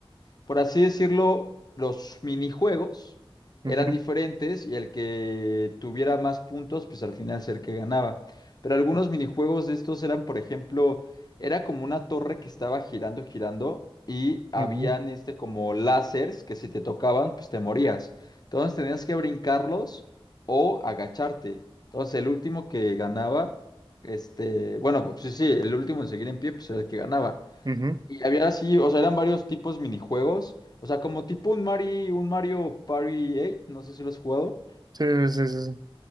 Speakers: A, on the left; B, on the right.
A: por así decirlo, los minijuegos
B: ujú,
A: eran
B: ujú,
A: diferentes y el que tuviera más puntos, pues al final ser que ganaba. Pero algunos minijuegos de estos eran, por ejemplo, era como una torre que estaba girando, girando y habían
B: ujú,
A: este como láseres que si te tocaban, pues te morías. Entonces tenías que brincarlos o agacharte. Entonces el último que ganaba, este, bueno, pues sí, sí, el último en seguir en pie, pues era el que ganaba.
B: ujú.
A: Y había así, o sea, eran varios tipos minijuegos. O sea, como tipo un Mario, un Mario Party 8, no sé si lo has jugado,
B: Sí, sí, sí, sí.